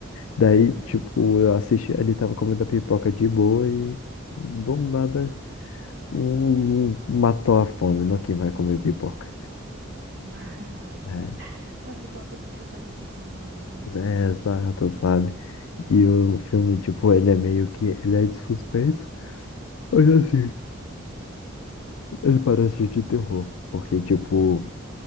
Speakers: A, on the left; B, on the right.
A: Daí,
B: <laughs> Aham.
A: tipo, eu assisti, ele tava comendo a pipoca de boa e do nada um, um matou a fome, não quem vai comer pipoca.
B: <laughs>
A: É,
B: A pipoca fica para daqui cinco minutos.
A: é, exato, sabe? E o filme, tipo, ele é meio que, ele é de suspense, mas assim, ele parece de terror, porque, tipo,